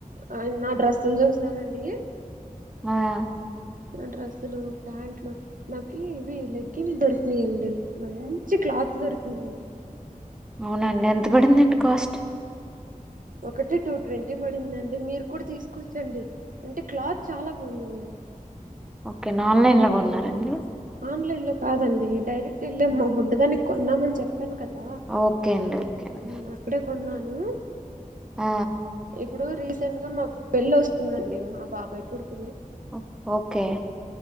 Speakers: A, on the right; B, in the centre.
A: ఆ నా డ్రెస్సుల్జూస్తేనండి.
B: ఆయా
A: నా డ్రెస్సులు, ప్యాంట్లు నాకి ఇవి లెగ్గిన్ల్ దొర్కినయండీ. మన్ చ్చి క్లాత్ దొరికినియండి.
B: ఔనండ్ ఎంత పడిందండి కాస్ట్?
A: ఒకటి టూ ట్వంటీ పడిందండి. మీర్ కూడ్ తీస్కోచ్చండి అంటే క్లాత్ చాలా బావుందండి.
B: ఒక్కేనా ఆన్లైన్లా గొన్నారండి?
A: ఆన్లైన్లో కాదండి. డైరెక్ట్ ఎళ్ళి
B: ఉమ్,
A: మా బుడ్డదానిక్కొన్నామన్ చెప్పాన్ కద్ ఆ
B: ఓకే అండి ఓకే అండి.
A: ఉమ్ అప్పుడే కొన్నాను.
B: ఆ
A: ఇప్పుడు రీసెంట్ గా మా పెళ్ళొస్తుందండి మా బాబాయ్ కొడ్క్
B: ఒ ఓకే